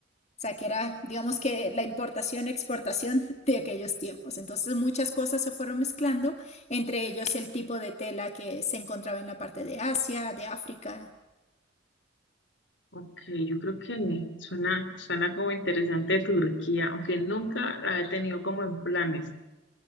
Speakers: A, on the left; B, on the left.
A: O sea, que era, digamos que la importación, exportación <laughs> de aquellos tiempos. Entonces muchas cosas se fueron mezclando, entre ellos el tipo de tela que se encontraba en la parte de Asia, de África.
B: Ok, yo creo que suena, suena como interesante Turquía, aunque nunca la he tenido como en planes.